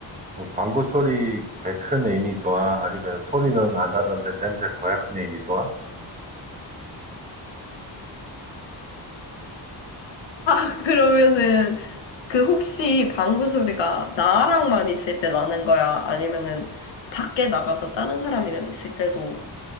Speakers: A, on the right; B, on the left.
A: 어, 방구 소리 개 큰 애인이 좋아? 아니면 소리는 안 나는데 냄새 고약한 애인이 좋아?
B: 아, 그러면은, 그 혹시 방구 소리가 나랑만 있을 때 나는 거야? 아니면은, 밖에 나가서 다른 사람이랑 있을 때도